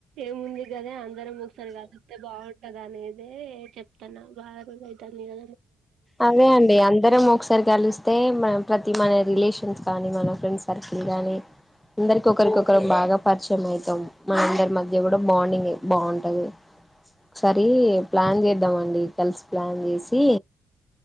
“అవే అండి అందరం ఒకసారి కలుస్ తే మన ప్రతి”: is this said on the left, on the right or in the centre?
Centre